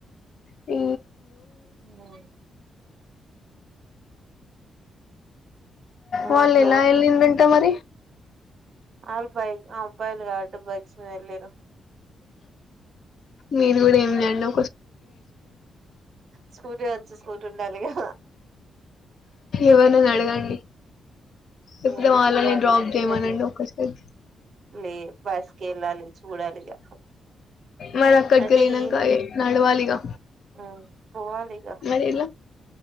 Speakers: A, on the left; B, on the right.
A: ఏ
B: మ్ ఉ
A: వాళ్ళు
B: మా క్లోజ్
A: ఎలా ఏళ్లిందంట మరి
B: అల్ బైక్ అబ్బాయిల్ కాబట్టి బైక్స్ మీద వెళ్లిర్రూ
A: మీరు కూడా ఏం లేండు.
B: స్కూటీ వచ్చు స్కూటీ ఉండిలీగా
A: ఎవరినైనా అడగండి లేకపోతే
B: మీరు
A: వాళ్ళని
B: చూడాలి.
A: డ్రాప్ చేయమనండి
B: ఏళ్ళి
A: ఒక్కసారి
B: లే బస్కి వెళ్ళాలి చూడాలిగా
A: మరి అక్కడికి
B: అంటే
A: వెళ్ళినాక
B: ఈ
A: నడవాలిగా
B: ఆ పోవాలిగా
A: మరి ఎలా